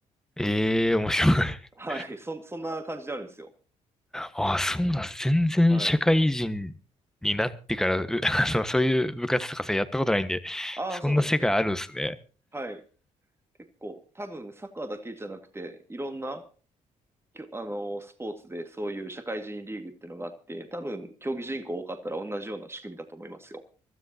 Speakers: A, in the centre; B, on the right (about 15°).
A: ええ面白い。<laughs>
B: はい。そ、そんな感じであるんですよ。
A: あ、そうなんです。全然社会人になってから、
B: はい。
A: う <laughs> あの、そういう部活とかさ、やったことないんで、
B: ああ、
A: そんな世界あるんですね。
B: そうなんですね。はい。結構、多分サッカーだけじゃなくて、いろんなきょ、あの、スポーツでそういう社会人リーグっていうのがあって、多分競技人口多かったら同じような仕組みだと思いますよ。